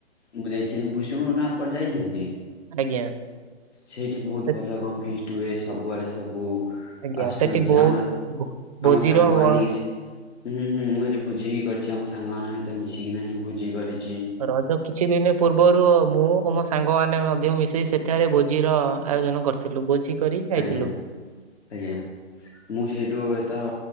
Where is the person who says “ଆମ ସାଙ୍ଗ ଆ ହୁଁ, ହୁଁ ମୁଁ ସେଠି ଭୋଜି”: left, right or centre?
Left